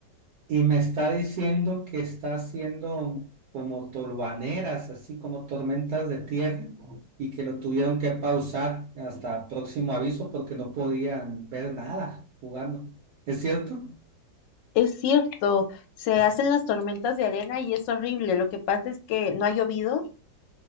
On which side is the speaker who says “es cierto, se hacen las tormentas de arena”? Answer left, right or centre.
Left